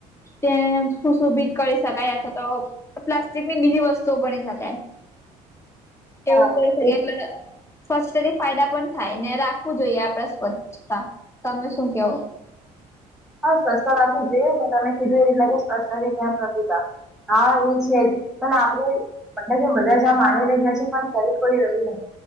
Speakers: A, on the left (about 15°); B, in the centre.
A: તેને સુશોભિત કરી શકાય અથવા તો પ્લાસ્ટિકની બીજી વસ્તુઓ બની શકે. તેવું
B: હા
A: કરી શકાય
B: એ
A: એટલે સ્વચ્છતાથી ફાયદા પણ થાય ને રાખવું જોઈએ આપણે સ્વચ્છતા તમે શું કેવો?
B: હા સ્વચ્છતા રાખવું જોઈએ ને તમે કીધું એ રીતના કે છે ત્યાં પ્રભુતા. હા ઊં છે જ પણ આપણે મ કે બધા જ આ માની રહ્યા છે પણ ક કોઈ રહ્યું નહી.